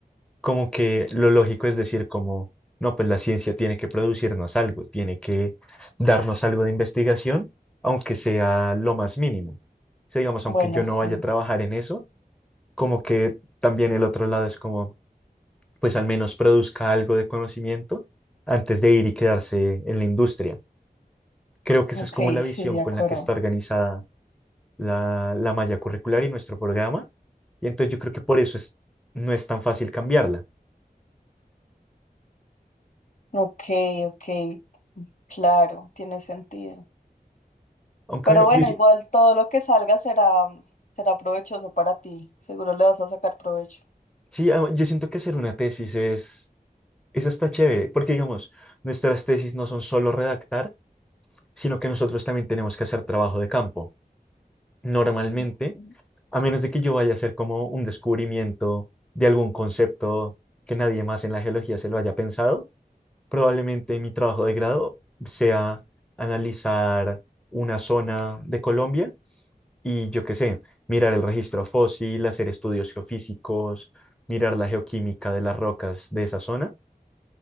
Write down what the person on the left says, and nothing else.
Bueno,
sí.
Ok,
sí,
de
acuerdo.
Ok, ok. Claro, tiene sentido.
Pero
bueno,
igual todo lo que salga será, será provechoso para ti. Seguro le vas a sacar provecho.
Ujú.